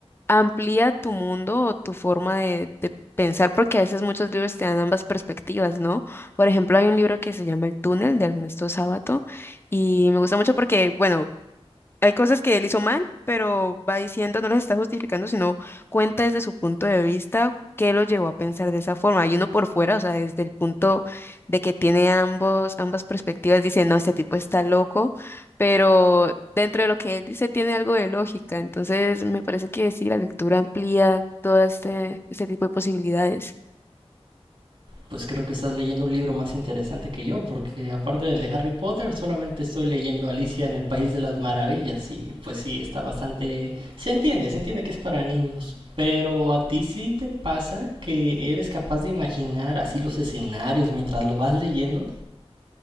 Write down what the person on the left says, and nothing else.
amplía tu mundo o tu forma de, de pensar, porque a veces muchos libros te dan ambas perspectivas, ¿no? Por ejemplo, hay un libro que se llama El túnel de Ernesto Sábato y me gusta mucho porque, bueno, hay cosas que él hizo mal, pero va diciendo, no las está justificando, sino cuenta desde su punto de vista qué lo llevó a pensar de esa forma. Y uno por fuera, o sea, desde el punto de que tiene ambos, ambas perspectivas, dice, no, este tipo está loco, pero dentro de lo que él dice tiene algo de lógica. Entonces, me parece que sí, la lectura amplía todo este, este tipo de posibilidades.